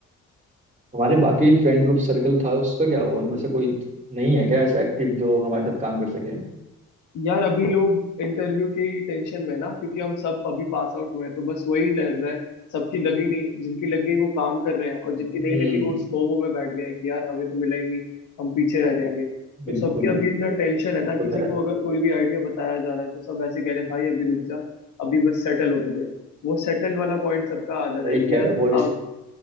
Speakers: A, on the right; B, on the left.
A: हमारे बाकी फ्रेंड ग्रुप सर्कल था उसका क्या हुआ उनमें से कोई नहीं है क्या ऐसा एक्टिव जो हमारे साथ काम कर सके
B: यार अभी लोग इंटरव्यू की टेंशन में ना क्योंकि हम सब अभी पास आउट हुए हैं तो बस वही लग रहा है सबकी लगी नहीं जिनकी लग गई वो काम कर रहे हैं और जिनकी
A: हम्म
B: नहीं लगी वो उस फोमो में बैठ गए हैं कि यार हमें तो मिला ही नहीं हम पीछे रह जाएंगे तो
A: बिल्कुल
B: सबके अभी इतना टेंशन है
A: ये
B: ना किसी
A: तो है
B: को अगर कोई भी आइडिया बताया जा रहा है तो सब ऐसे कह रहे हैं भाई अभी रुक जा अभी बस सेटल होने दे वो सेटल वाला पॉइंट सबका आ जा रहा
A: सही
B: है कि
A: कह
B: यार
A: रहे हो वो
B: अब